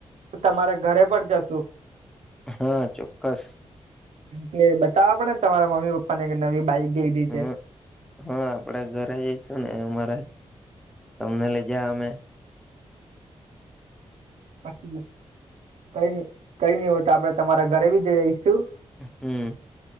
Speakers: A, on the right; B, in the centre.
A: તમારા ઘરે પણ જશુ.
B: હા ચોક્કસ
A: કે બતાવવા પડેને તમારા મમ્મી પપ્પા ને નવી બાઈક લીધી
B: હમ
A: છે.
B: હા આપડે ઘરે જઈશું ને અમારા તમને લઇ જ અમે
A: પછી કઈ નઈ કઈ નઈ હોય તો આપડણે તમારા ઘરે બી જ જઈશું.
B: હમ.